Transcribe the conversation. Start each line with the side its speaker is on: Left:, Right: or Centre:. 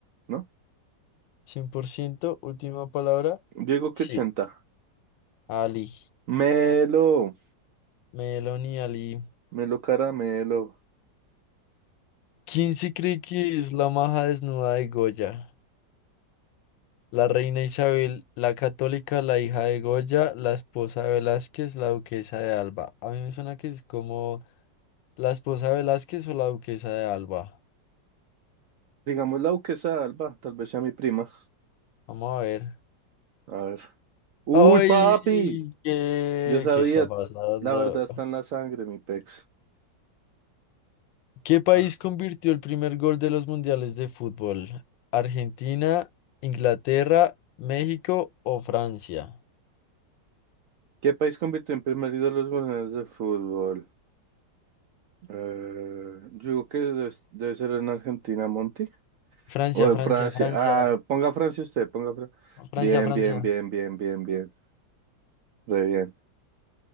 Right: ¿No?
Left: cien por ciento, ¿Última palabra?
Right: Digo
Left: Sí,
Right: que 80
Left: Ali.
Right: Melo,
Left: Meloni Ali.
Right: melo caramelo.
Left: ¿Quién se cree que es la maja desnuda de Goya? La reina Isabel, la católica, la hija de Goya, la esposa de Velázquez, la duquesa de Alba. A mí me suena que es como... La esposa de Velázquez o la duquesa de Alba.
Right: Digamos la duquesa de Alba, tal vez sea mi prima.
Left: Vamos a ver.
Right: A ver. Uy,
Left: ¡Ay!
Right: papi.
Left: ¿Qué,
Right: Yo sabía,
Left: qué está pasando?
Right: la verdad está en la sangre, mi pex.
Left: ¿Qué país
Right: Ah,
Left: convirtió el primer gol de los mundiales de fútbol? ¿Argentina, Inglaterra, México o Francia?
Right: ¿Qué país convirtió en primer líder los goleadores de fútbol? Eh, yo digo que des- debe, ser en Argentina, Monty.
Left: Francia,
Right: O en
Left: Francia,
Right: Francia.
Left: Francia.
Right: Ah, ponga Francia usted, ponga Francia.
Left: Francia,
Right: Bien,
Left: Francia.
Right: bien, bien, bien, bien, bien. Re bien.